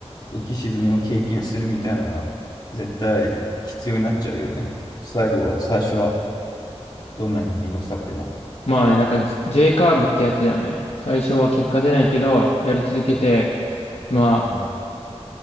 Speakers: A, on the left; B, on the left.
A: 浮き沈みを経験するみたいなのが、絶対必要になっちゃうよね。最後は、最初は、どんなにめんどくさくても。
B: まあね、なんか J J カーブってやつだよね。最初は結果出ないけど、やり続けて、ま
A: うん